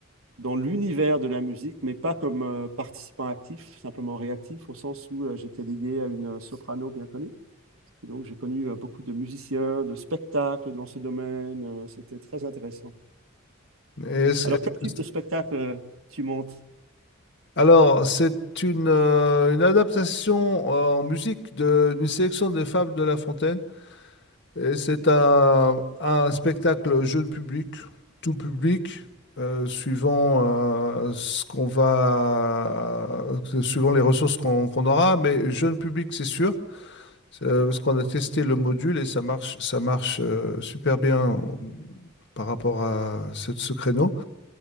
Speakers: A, on the right; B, on the left.
A: dans l'univers de la musique, mais pas comme euh, participant actif, simplement réactif, au sens où euh, j'étais lié à une euh, soprano bien connue. Et donc j'ai connu euh, beaucoup de musiciens, de spectacles dans ce domaine. euh, c'était très intéressant.
B: Et est-ce-
A: Alors
B: est-ce
A: quel
B: que
A: type
B: c'est-
A: de spectacle euh, tu montes?
B: alors, c'est une, euh, une adaptation euh, en musique de- d'une sélection des fables de La Fontaine. Et c'est un, un spectacle jeune public, tout public, euh, suivant euh, ce qu'on va, euh, suivant les ressources qu'on qu'on aura, mais jeune public, c'est sûr, euh, parce qu'on a testé le module et ça marche, ça marche euh, super bien euh, par rapport à ce, ce créneau.